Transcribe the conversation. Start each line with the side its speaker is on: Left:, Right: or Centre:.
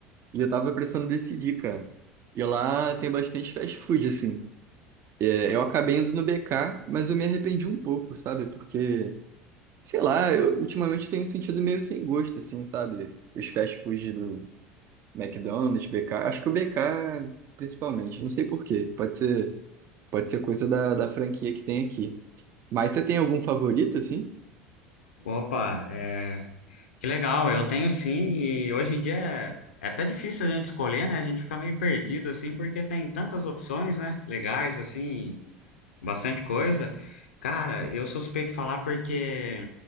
Right: E eu tava precisando decidir, cara. E lá tem bastante fast food, assim. É, eu acabei indo no BK, mas eu me arrependi um pouco, sabe? Porque, sei lá, eu ultimamente tenho sentido meio sem gosto, assim, sabe? Os fast food McDonald's, BK, acho que o BK principalmente, não sei por quê, pode ser, pode ser coisa da, da franquia que tem aqui. Mas você tem algum favorito, assim?
Left: Opa, é... que legal, eu tenho sim, e hoje em dia é, é até difícil a gente escolher, né? A gente fica meio perdido, assim, porque tem tantas opções, né? Legais, assim, Bastante coisa. Cara, eu sou suspeito de falar porque